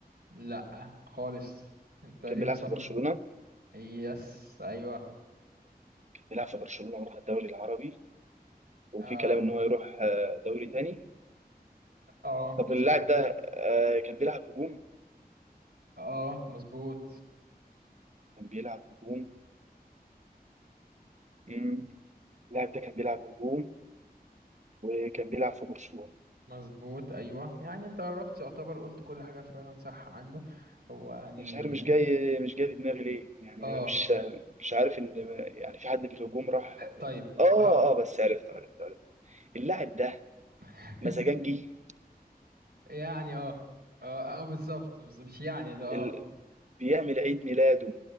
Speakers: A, on the right; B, on the right.
A: لا خالص انت ليه
B: كان بيلعب
A: مصمم
B: في برشلونه
A: يس ايوه
B: كان بيلعب في برشلونه وراح الدوري العربي وفي
A: اه
B: كلام ان هو يروح آه، دوري تاني
A: اه
B: طب
A: مظبوط
B: اللاعب ده آه، كان بيلعب هجوم
A: اه مظبوط
B: كان بيلعب هجوم مم. اللاعب ده كان بيلعب هجوم وكان بيلعب في برشلونة
A: مظبوط ايوه يعني انت قربت يعتبر قلت كل حاجه فعلا صح عنه هو يعني
B: مش عارف مش جاي مش جاي في دماغي ليه يعني
A: اه
B: انا مش مش عارف ان يعني في حد في الهجوم راح
A: طيب
B: اه
A: اه
B: اه بس عرفت عرفت عرفت اللاعب ده
A: <laughs>
B: مزاجنجي
A: يعني اه اه اه بالظبط بس مش يعني ده اه
B: ال... بيعمل عيد ميلاده